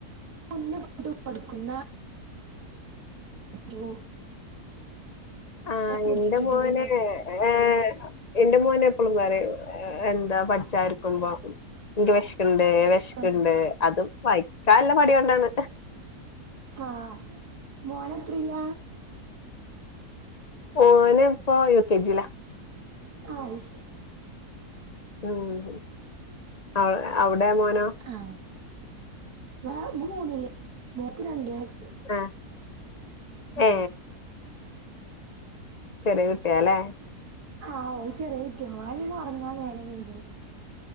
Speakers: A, on the right; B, on the left.
A: മുന്ന കൊതു കൊടുക്കുന്ന പോ <unintelligible>
B: ആ
A: കുടിച്ചിട്ടുണ്ടോന്നൊക്കെ
B: ന്റെ മോന് ഏ ഇന്റെ മോന് എപ്പളും പറയും എന്താ പഠിച്ചാരിക്കുമ്പോ ൻക്ക് വെഷ്ക്ക്ണ്ട് വെഷ്
A: പറയും
B: ഷ്ക്ക്ണ്ട്
A: ആഹ്
B: അതും വയിക്കാല്ല മടിയൊണ്ടാണ്
A: ആ മോനത്രീല
B: ഓന് പ്പൊ യു കെ ജി ല
A: ആ അയ്ശെ
B: ഉം അവ് അവടെ മോനോ
A: ആ വ മൂന്നിൽ മോക്ക് രണ്ട് വയസ്സ്
B: ആഹ്
A: ഉം
B: ഏ ചെറിയ കുട്ടിയാലെ
A: ആ ഓൾ ചെറിയ കുട്ടിയ ഓളന്നെണ് ഒറങ്ങാ നേരം വേഗല്